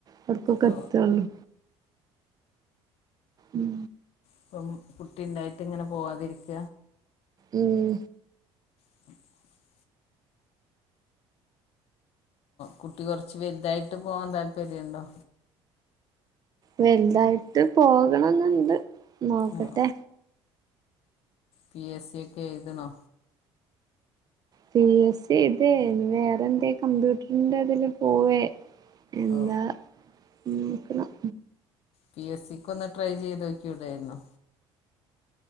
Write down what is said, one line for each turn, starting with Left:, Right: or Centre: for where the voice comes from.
Right: ആവുടക്കൊക്കെ
Left: ഓ
Right: എത്തൊള്ളൂ ഉം
Left: ഇപ്പം കുട്ടിണ്ടായിട്ട് ഇങ്ങനെ പോവാതിരിക്ക
Right: ഉം
Left: <inaudible> കുട്ടി കുറച്ച് വലുതായിട്ട് പോവാാൻ താല്പര്യണ്ടോ
Right: വലുതായിട്ട് പോകണന്നുണ്ട് നോക്കട്ടെ
Left: ഓ പി എസ് സി ഒക്കെ എഴുതണോ?
Right: പി എസ് സി ഏയ്‌തേ ഇനി വേറെ എന്തെങ്കിലും കമ്പ്യൂട്ടറിന്റെ അതില് പോവേ. എന്താ
Left: ഓ
Right: നോക്കണം
Left: പി എസ് സിക്ക് ഒന്ന് ട്രൈ ചെയ്ത് നോക്കിടായിരുന്നൊ?